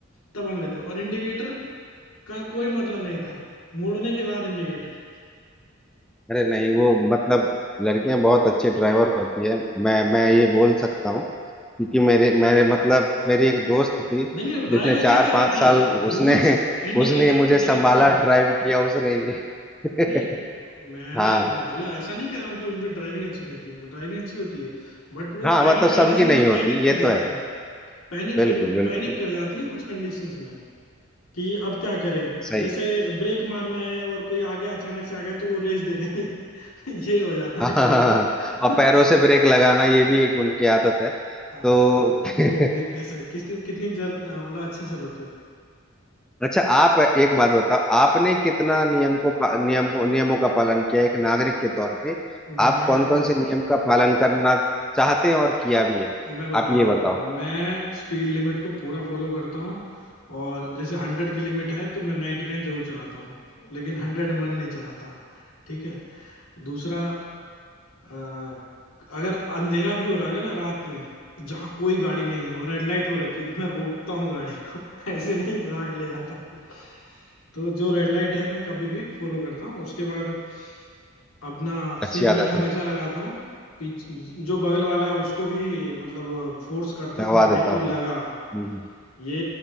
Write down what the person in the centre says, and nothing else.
अरे नहीं वो मतलब लड़कियां बहुत अच्छे ड्राइवर होती है मैं मैं ये बोल सकता हूँ क्योंकि
मेरे मेरे मतलब मेरी एक दोस्त थी
जिसने
चार
पांच
साल
उसने
उसने ही मुझे
संभाला
ड्राइव
किया उसने ही। <laughs>
हाँ
हाँ
मतलब
सबकी नहीं
होती
ये
तो है
बिल्कुल बिल्कुल
सही
है।
<laughs> हाँ
हाँ हाँ
हाँ। और
पैरों से ब्रेक लगाना ये भी एक उनकी आदत है
तो
<laughs>
अच्छा आप एक बात बताओ आपने कितना नियम को पा- नियम नियमों का पालन किया एक नागरिक के तौर पे
आप कौन
कौन से नियम का पालन करना चाहते हैं और किया भी है
आप ये
बताओ
अच्छी
आदत
है ये,
दबा
देता
हूँ हम्म,